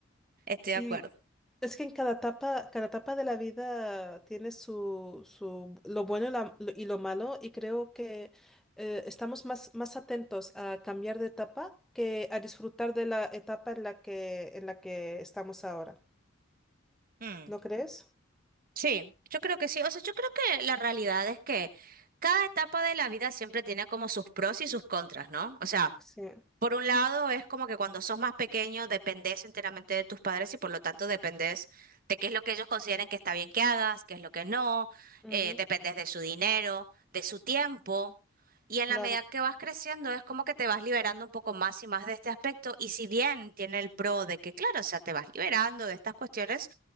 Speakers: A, on the right (about 45°); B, in the centre.
A: estoy de
B: Y
A: acuerdo.
B: es que en cada etapa, cada etapa de la vida tiene su, su lo bueno y, la- lo y lo malo, y creo que eh, estamos más, más atentos a cambiar de etapa que a disfrutar de la etapa en la que, en la que estamos ahora.
A: Mm.
B: ¿No crees?
A: Sí, yo creo que sí. O sea, yo creo que la realidad es que cada etapa de la vida siempre tiene como sus pros y sus contras, ¿no? O sea,
B: Sí.
A: por un lado es como que cuando sos más pequeño dependés enteramente de tus padres y por lo tanto dependés de qué es lo que ellos consideren que está bien que hagas, qué es lo que no,
B: Ujú.
A: eh, dependés de su dinero, de su tiempo. Y en
B: Claro,
A: la medida que vas creciendo es como que te vas liberando un poco más y más de este aspecto. Y si bien tiene el pro de que, claro, o sea, te vas liberando de estas cuestiones